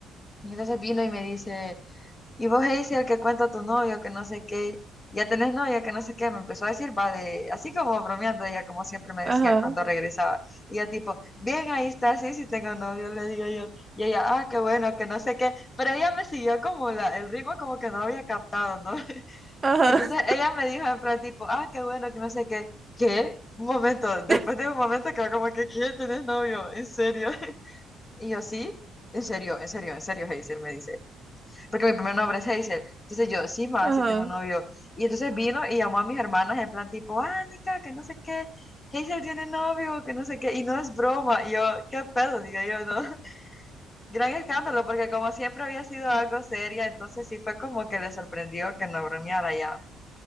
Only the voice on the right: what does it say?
ajá,
ajá,
<laughs>
ajá,